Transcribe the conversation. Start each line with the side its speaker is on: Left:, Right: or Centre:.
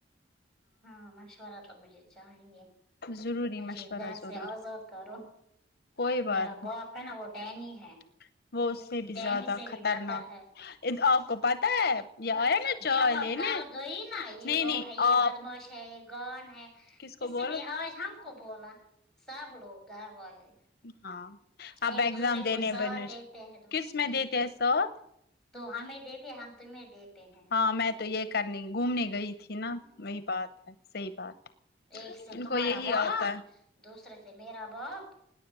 Centre: ہاں مشورہ تو مجھے چاہیں
Left: ضروری
Centre: مجھے
Left: مشورہ
Centre: گھر
Left: ضرور
Centre: سے آزاد کرو
Left: کوئی بات
Centre: میرا باپ
Left: نہیں
Centre: ہے نا وہ ڈینی ہے
Left: وہ اس سے بھی
Centre: ڈینی
Left: زیادہ
Centre: سے
Left: خطرناک
Centre: بھی بدتر ہے
Left: آپ کو پتا ہے یہ آیا نا چائے
Centre: جب آپ
Left: لینے
Centre: کال گئی
Left: نہیں
Centre: نا یہ وہ
Left: نہیں
Centre: ہے یہ
Left: آپ
Centre: بدموش ہے یہ گان ہے
Left: کس کو
Centre: اس
Left: بولو
Centre: لیے آج ہم کو بولا سب لوگ گھر والے
Left: ہاں اب
Centre: ایک
Left: ایگزام
Centre: دوسرے
Left: دینے
Centre: کو ساتھ
Left: بینش
Centre: دیتے ہیں تو
Left: کس
Centre: ٹھیک
Left: میں دیتے
Centre: ہے
Left: سو
Centre: تو
Left: ہوں
Centre: ہمیں دیتے ہم تمہیں دیتے ہیں
Left: ہاں میں تو یہ کرنے گھومنے گئی تھی
Centre: ہوں،
Left: نا وہی بات ہے صحیح بات ہے،
Centre: ایک سے
Left: ان
Centre: تمہارا
Left: کو یہی
Centre: باپ
Left: آتا ہے
Centre: دوسرے سے میرا باپ